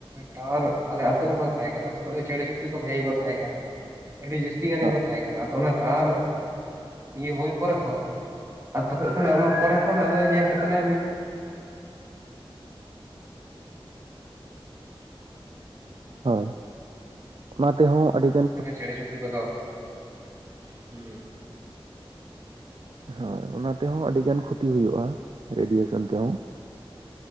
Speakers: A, on the right (about 30°); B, on the right (about 65°).
A: ᱴᱟᱣᱟᱨ ᱟᱞᱮ ᱟᱛᱳ ᱨᱮ ᱵᱟᱝ ᱛᱟᱦᱮᱸ ᱠᱟᱱᱟ ᱛᱚᱠᱷᱚᱡ ᱫᱚ ᱪᱮᱬᱮ ᱪᱩᱯᱲᱤ ᱠᱚ ᱵᱷᱟᱜᱮ ᱜᱮᱠᱚ ᱛᱟᱦᱮᱸ ᱠᱟᱱᱟ᱾ ᱟᱹᱰᱤ ᱡᱟᱹᱥᱛᱤ ᱜᱟᱱ
B: ᱦᱳᱭ
A: ᱜᱮᱠᱚ ᱛᱟᱦᱮᱸ ᱠᱟᱱᱟ ᱟᱫᱚ ᱚᱱᱟ ᱴᱟᱣᱟᱨ ᱤᱭᱟᱹ ᱦᱳᱭ ᱯᱚᱨᱮ ᱠᱷᱚᱱ ᱛᱚᱠᱷᱚᱡ ᱠᱷᱚᱱᱟᱜ ᱚᱱᱟ ᱯᱚᱨᱮ ᱠᱷᱚᱱ ᱟᱫᱚ ᱧᱮᱞ ᱦᱳᱭᱜ ᱠᱟᱱᱟ
B: ᱦᱳᱭ ᱚᱱᱟ ᱛᱮᱦᱚᱸ ᱟᱹᱰᱤᱜᱟᱱ ᱠᱷᱚᱛᱤ,
A: ᱪᱮᱬᱮ ᱪᱩᱯᱲᱤ ᱠᱚᱫᱚ ᱦᱩᱸ
B: ᱦᱳᱭ ᱚᱱᱟ ᱛᱮᱦᱚᱸ ᱟᱹᱰᱤ ᱜᱟᱱ ᱠᱷᱩᱛᱤ ᱦᱩᱭᱩᱜᱼᱟ ᱨᱮᱰᱤᱭᱮᱥᱚᱱ ᱛᱮᱦᱚᱸ᱾